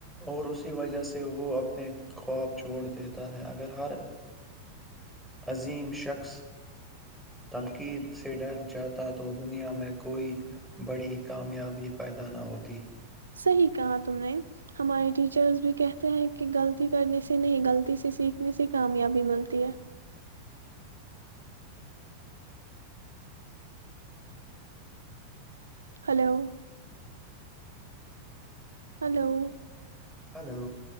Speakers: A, in the centre; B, on the right.
A: اور اسی وجہ سے وہ اپنے خواب چھوڑ دیتا ہے اگر ہر عظیم شخص تنقید سے ڈر جاتا تو دنیا میں کوئی بڑی کامیابی پیدا نہ ہوتی
B: صحیح کہا تم نے ہمارے ٹیچرس بھی کہتے ہیں کہ غلطی کرنے سے نہیں غلطی سے سیکھنے سے کامیابی ملتی ہے ہلو ہلو
A: ہلو